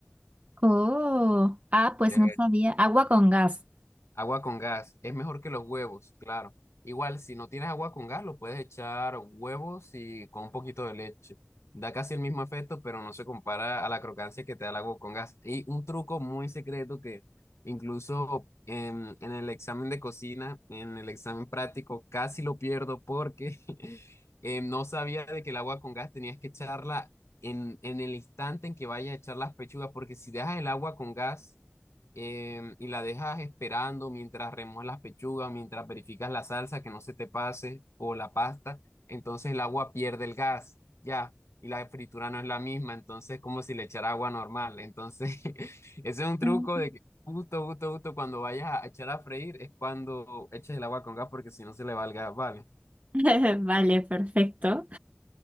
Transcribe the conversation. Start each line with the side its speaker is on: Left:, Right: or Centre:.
Right: Oh, ah, pues
Left: te
Right: no sabía. Agua con gas.
Left: Agua con gas es mejor que los huevos, claro. Igual, si no tienes agua con gas, lo puedes echar huevos y con un poquito de leche. Da casi el mismo efecto, pero no se compara a la crocancia que te da el agua con gas. Y un truco muy secreto que incluso en, en el examen de cocina, en el examen práctico, casi lo pierdo porque <laughs> eh, no sabía de que el agua con gas tenías que echarla en, en el instante en que vaya a echar las pechugas, porque si dejas el agua con gas em, y la dejas esperando mientras remojas las pechugas, mientras verificas la salsa que no se te pase o la pasta, entonces el agua pierde el gas, ya, y la fritura no es la misma, entonces es como si le echara agua normal, entonces <laughs> ese es un truco
Right: Ah.
Left: de que justo, justo, justo cuando vayas a echar a freír es cuando eches el agua con gas porque si no se le va el gas, ¿vale?
Right: <laughs> Vale, perfecto.